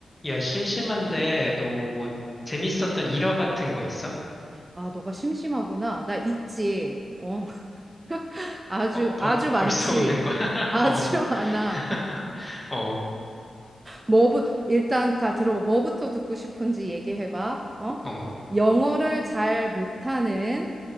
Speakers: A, on the left; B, on the right.
A: 야, 심심한데, 너 뭐, 재밌었던 일화 같은 거 있어?
B: 아, 너가 심심하구나. 나 있지. 어, <laughs> 아주,
A: 어, 벌,
B: 아주
A: <laughs>
B: 많지.
A: 벌써 웃는 거야? <laughs>
B: 아주
A: 어,
B: <laughs> 많아.
A: <laughs> 어,
B: 뭐부, 일단 다 들어봐. 뭐부터 듣고 싶은지 얘기해봐. 어?
A: 어,
B: 영어를 잘 못하는,